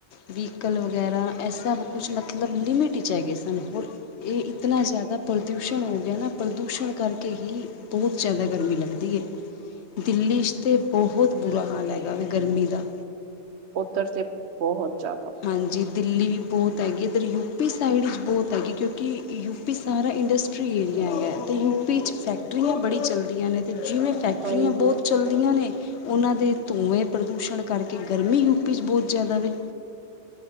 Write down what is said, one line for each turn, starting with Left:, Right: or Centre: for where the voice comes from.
Left: ਵਹੀਕਲ ਵਗੈਰਾ ਐਹ ਸਭ ਕੁਛ ਮਤਲਬ ਲਿਮਿਟ ਵਿੱਚ ਹੈਗੇ ਸਨ ਹੋਰ, ਇਹ ਇਤਨਾ ਜ਼ਿਆਦਾ ਪ੍ਰਦੂਸ਼ਣ ਹੋ ਗਿਆ। ਨਾ ਪ੍ਰਦੂਸ਼ਣ ਕਰਕੇ ਹੀ, ਬਹੁਤ ਜ਼ਿਆਦਾ ਗਰਮੀ ਲੱਗਦੀ ਏ ਦਿੱਲੀ, 'ਚ ਤੇ ਬਹੁਤ ਬੁਰਾ ਹਾਲ ਹੈਗਾ ਵਾ ਗਰਮੀ ਦਾ।
Right: ਉੱਧਰ ਤੇ ਬਹੁਤ। ਜ਼ਿਆਦਾ।
Left: ਹਾਂਜੀ। ਦਿੱਲੀ ਬਹੁਤ ਹੈਗੀ ਇੱਧਰ ਯੂ ਪੀ ਸਾਈਡ ਵਿੱਚ ਬਹੁਤ ਹੈਗੀ ਕਿਉਂਕਿ ਯੂ ਪੀ ਸਾਰਾ ਇੰਡਸਟਰੀ। ਇੰਡਸਟਰੀਅਲ ਏਰੀਆ ਹੈਗਾ ਯੂ ਪੀ ਵਿੱਚ ਫੈਕਰੀਆਂ ਬੜੀਆ ਚਲਦੀਆਂ ਨੇ ਜਿਵੇ ਫੈਕਟਰੀਆਂ
Right: ਹਾਂਜੀ,
Left: ਬਹੁਤ ਚੱਲਦੀਆਂ। ਚਲਦੀਆਂ ਨੇ ਉਹਨਾਂ ਦੇ ਧੂੰਏਂ ਪ੍ਰਦੂਸ਼ਣ ਕਰਕੇ ਗਰਮੀ ਯੂ ਪੀ 'ਚ ਬਹੁਤ ਜ਼ਿਆਦਾ ਵੇ।